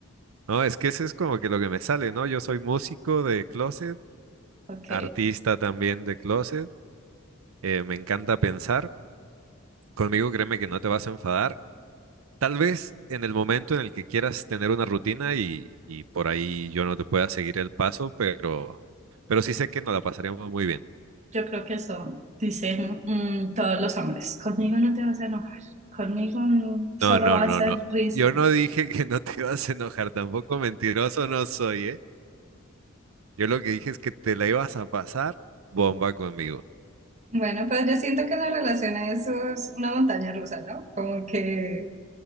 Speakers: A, on the right; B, on the right.
A: No, es que eso es como que lo que me sale, ¿no? Yo soy músico de closet,
B: Ok.
A: artista también de closet, eh, me encanta pensar. Conmigo créeme que no te vas a enfadar. Tal vez en el momento en el que quieras tener una rutina y, y por ahí yo no te pueda seguir el paso, pero, pero sí sé que nos la pasaríamos muy bien.
B: Yo creo que eso dicen mm, todos los hombres. Conmigo no te vas a enojar. Conmigo mm, solo
A: No, no,
B: va
A: no,
B: a ser
A: no.
B: risas.
A: Yo no dije <laughs> que no te ibas a enojar, tampoco mentiroso no soy, ¿eh? Yo lo que dije es que te la ibas a pasar bomba conmigo.
B: Bueno, pues yo siento que en la relación a eso es una montaña rusa, ¿no? Como que